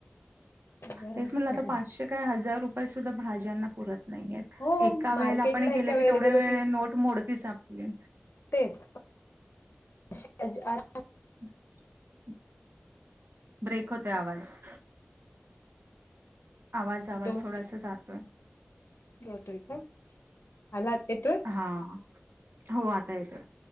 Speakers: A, on the left; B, on the right.
A: पगारांच
B: तेच म्हणलं,
A: काही
B: आता पाचशे
A: नाही.
B: काय? हजार रुपये सुद्धा भाज्यांना पुरत नाहीयेत.
A: हो
B: एका
A: मार्केटला
B: वेळेला आपण गेल
A: एका वेळेला
B: की, तेवढ्या
A: गेलो
B: वे
A: की
B: नोट मोडतीच आपली.
A: तेच. <unintelligible>
B: <unintelligible> ब्रेक होतोय आवाज. आवाज आवाज,
A: दोन
B: थोडासा जातोय.
A: जातोय का? आला आता येतोय?
B: हा, हो आता येतोय.